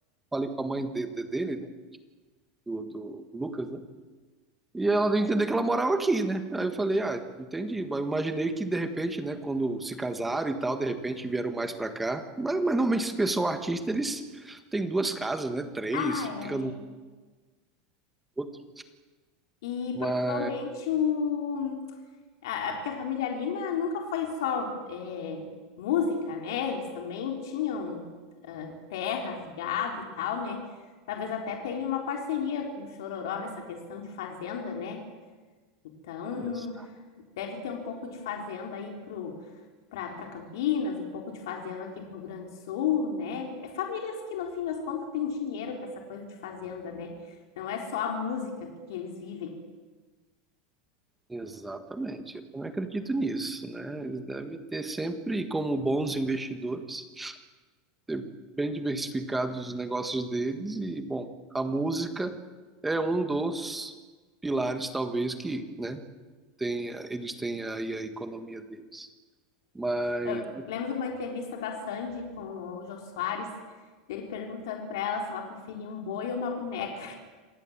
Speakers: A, in the centre; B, on the left.
A: falei com a mãe de- de- dele, né? Do, do Lucas, né? E ela deu a entender que ela morava aqui, né? Aí eu falei, ah, entendi. Mas eu imaginei que de repente, né, quando se casaram e tal, de repente vieram mais pra cá. Mas, mas normalmente esse pessoal artista, eles têm duas casas, né? Três,
B: ah, é.
A: fica no outro.
B: E
A: Mas
B: provavelmente o. Ah, porque a família Lima nunca foi só é, música, né? Eles também tinham ah, terras, gado e tal, né? Talvez até tenha uma parceria com o Chororó nessa questão de fazenda, né? Então,
A: exa-
B: deve ter um pouco de fazenda aí pro para Campinas, um pouco de fazenda aqui para o Rio Grande do Sul, né? É famílias que, no fim das contas, têm dinheiro com essa coisa de fazenda, né? Não é só a música que eles vivem.
A: exatamente, eu também acredito nisso, né? Eles devem ter sempre, como bons investidores, ter bem diversificados os negócios deles e, bom, a música é um dos pilares, talvez, que, né? tem, eles têm aí a economia deles. Mas
B: Eu lembro de uma entrevista da Sandy com o Jô Soares, dele perguntando para ela se ela preferia um boi ou uma boneca.